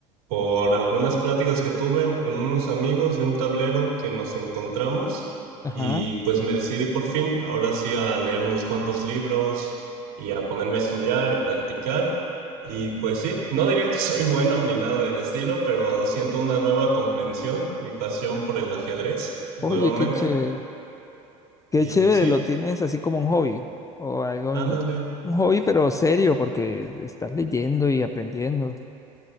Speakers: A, on the right (about 60°); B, on the left (about 20°).
A: por algunas pláticas que tuve con unos amigos y un tablero que nos encontramos
B: Ajá.
A: y pues me decidí por fin, ahora sí, a leer unos cuantos libros y a ponerme a estudiar y practicar. Y pues sí, no diría que <laughs> soy bueno ni nada del estilo, pero siento una nueva comprensión y pasión por el ajedrez nuevamente.
B: Oye, qué chévere. Qué
A: Y
B: chévere,
A: sí,
B: lo tienes así como un hobby o algo,
A: ándale.
B: y- un hobby pero serio porque estás leyendo y aprendiendo.